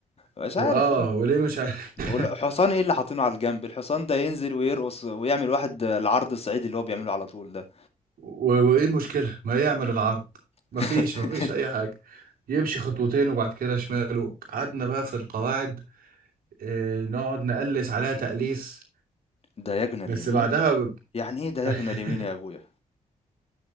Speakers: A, on the left (about 45°); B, on the right (about 85°).
A: مش
B: <laughs> واه
A: عارف والله.
B: وليه مش عارف <laughs>
A: والحصان ايه اللي حاطينه على الجنب الحصان ده ينزل ويرقص ويعمل واحد العرض الصعيدي اللي هو بيعمله على طول ده
B: و... وايه المشكلة ما يعمل العرض مفيش
A: <laughs>
B: مفيش اي حاجة يمشي خطوتين وبعد كده شماله قعدنا بقى في القواعد آه، نقعد نقلس عليها تقليس
A: دايجنا
B: بس
A: اليمين
B: بعدها ب...
A: يعني ايه دايجنا
B: <laughs>
A: اليمين يا ابويا